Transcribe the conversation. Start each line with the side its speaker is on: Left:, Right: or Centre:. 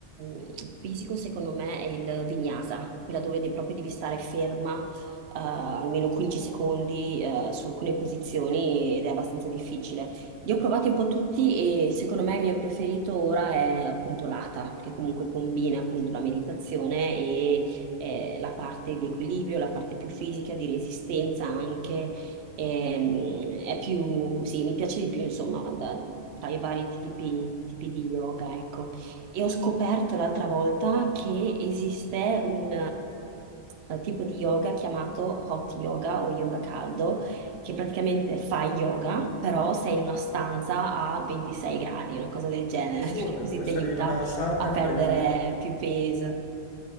Right: mm, fisico, secondo me, è il vinyasa, quella dove de- proprio devi stare ferma, eh, almeno 15 secondi, eh, su alcune posizioni ed è abbastanza difficile. Io ho provati un po' tutti e secondo me il mio preferito ora è appunto l'Ata, perché comunque combina appunto la meditazione e eh, la parte di equilibrio, la parte più fisica, di resistenza anche. Ehm, è più, sì, mi piace di più insomma da- tra i vari tipi, tipi di yoga, ecco. E ho scoperto l'altra volta che esiste un um, tipo di yoga chiamato hot yoga o yoga caldo che praticamente fai yoga, però sei in una stanza a 26 gradi, una cosa del genere,
Left: Assurdo,
Right: <laughs> perché
Left: è
Right: così
Left: come
Right: ti
Left: stare
Right: aiuta
Left: in una sauna
Right: a
Left: e
Right: perdere
Left: fare yoga.
Right: più peso.